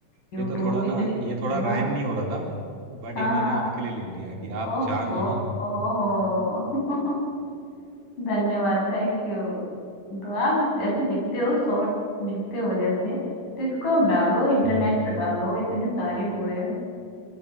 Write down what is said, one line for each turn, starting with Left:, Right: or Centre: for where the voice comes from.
Left: यूट्यूब
Right: ये तो थोड़ा
Left: इतने
Right: ना ये थोड़ा राइम
Left: हाँ
Right: नहीं हो रहा था बट
Left: हाँ
Right: ये मैंने
Left: हाँ
Right: आपके लिए लिख दिया कि आप
Left: ओहो
Right: चांद हो ना
Left: ओहो <laughs> धन्यवाद थैंक यू तो आप जैसे लिखते हो शॉर्ट लिखते हो जैसे तो इसको आप डालो इंटरनेट
Right: हम्म
Left: पे डालो इतनी सारी वो है